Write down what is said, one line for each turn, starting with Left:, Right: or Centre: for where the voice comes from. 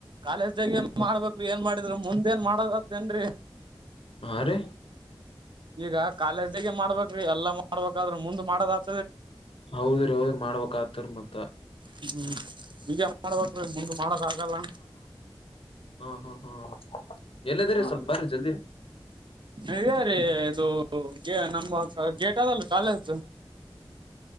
Right: ಕಾಲೇಜ್ಗ ಮಾಡ್ಬೇಕ ಏನ್ ಮಾಡಿದ್ರು ಮುಂದೇಏನ್ ಮಾಡೋದದೇಏನ್ರಿ
Left: ಹಾ ರೀ
Right: ಈಗ ಕಾಲೇಜ್ದಾಗ ಮಾಡ್ಬ್ರಿ ಎಲ್ಲಾ ಮಾಡ್ಬೇಕಾದ್ರರು ಮುಂದ್ ಮಾಡದ ಆತ
Left: ಹೌದ್ರಿ ಹೌದ್ರ ಮಾಡ್ಬೇಕಕ್ ಆತರಿ ಮತ್ತ
Right: ಹ್ಮ್ ಈಗ ಮಾಡಬೇಕ್ರೀ ಮುದ ಮಾಡಕ್ ಆಗಲ್ಲ
Left: ಹ್ಮ್ ಹ್ಮ್ ಹ್ಮ್ ಎಲ್ಲಿದ್ದಿರಿೀ
Right: ಹ
Left: ಸ್ವಲ್ಪ ಬರ್ರ ಜಲ್ದಿ
Right: ಇದೇ ರೀ ಇದು ನಮ್ಮ ಗೇಟ್ ಅದಲ್ಲ ಕಾಲೇಜ್ದು